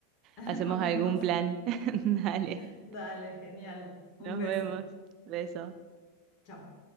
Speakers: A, on the left; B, on the right.
A: <laughs>
B: hacemos
A: Nos vemos.
B: algún plan. <laughs> Dale,
A: Dale, genial.
B: nos
A: Un beso.
B: vemos. Beso.
A: Chao.